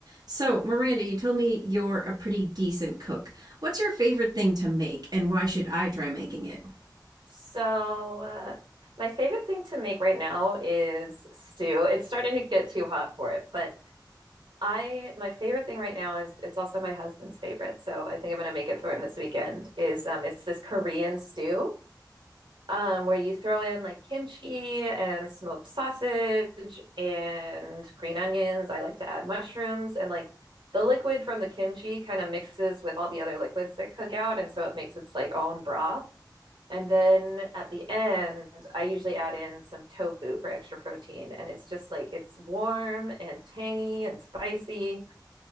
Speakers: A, on the right; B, on the right.
A: So, Miranda, you told me you're a pretty decent cook. What's your favorite thing to make, and why should I try making it?
B: So, uh, my favorite thing to make right now is stew. It's starting to get too hot for it, but I my favorite thing right now is it's also my husband's favorite. So I think I'm gonna make it for him this weekend. Is um, it's this Korean stew um, where you throw in like kimchi and smoked sausage and green onions. I like to add mushrooms and like the liquid from the kimchi kind of mixes with all the other liquids that cook out, and so it makes its like own broth. And then at the end, I usually add in some tofu for extra protein. And it's just like it's warm and tangy and spicy.